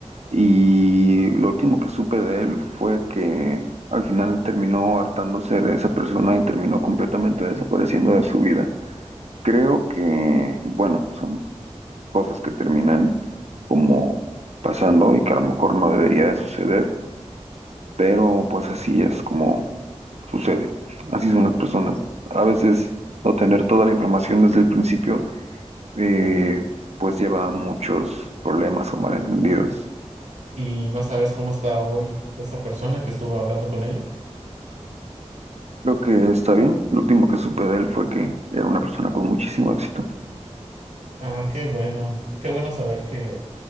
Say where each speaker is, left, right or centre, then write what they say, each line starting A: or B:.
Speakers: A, on the right (about 65°); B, on the right (about 85°).
A: y lo último que supe de él fue que al final terminó hartándose de esa persona y terminó completamente desapareciendo de su vida. Creo que, bueno, son cosas que terminan como pasando y que a lo mejor no debería de suceder, pero pues así es como Sucede. Así son las personas. A veces no tener toda la información desde el principio, eh, pues lleva a muchos problemas o malentendidos.
B: ¿Y no sabes cómo está hoy esa persona que estuvo hablando con ella?
A: Creo que está bien. Lo último que supe de él fue que era una persona con muchísimo éxito.
B: Ah, qué bueno. Qué bueno saber que